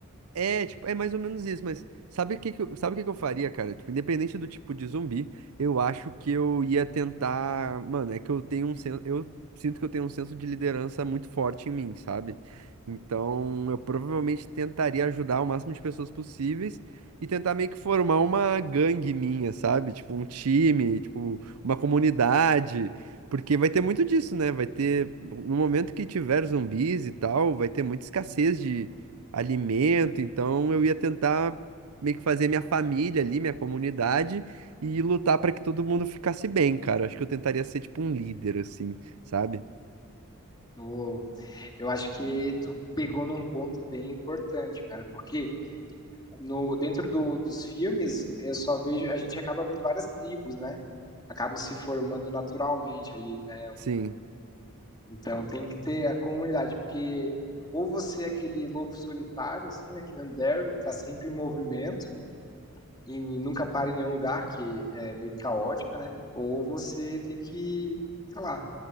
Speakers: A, on the right (about 75°); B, on the left (about 20°).
A: É, tipo, é mais ou menos isso, mas sabe o que que eu, sabe o que que eu faria, cara? Tipo, independente do tipo de zumbi, eu acho que eu ia tentar, mano, é que eu tenho um senso, eu sinto que eu tenho um senso de liderança muito forte em mim, sabe? Então, eu provavelmente tentaria ajudar o máximo de pessoas possíveis e tentar meio que formar uma gangue minha, sabe? Tipo, um time, tipo, uma comunidade, porque vai ter muito disso, né? Vai ter, no momento que tiver zumbis e tal, vai ter muita escassez de alimento, então eu ia tentar meio que fazer minha família ali, minha comunidade e lutar para que todo mundo ficasse bem, cara. Acho que eu tentaria ser tipo um líder assim, sabe?
B: Ô, eu acho que tu pegou num ponto bem importante, cara, porque no, dentro do, dos filmes, eu só vejo, a gente acaba vendo várias tribos, né? Acabam se formando naturalmente ali, né?
A: Sim,
B: Então tem que ter a comunidade, porque ou você é aquele lobo solitário, assim, né? Que nem o Daryl, que tá sempre em movimento e nunca para em nenhum lugar, que é meio caótico, né? Ou você tem que, sei lá,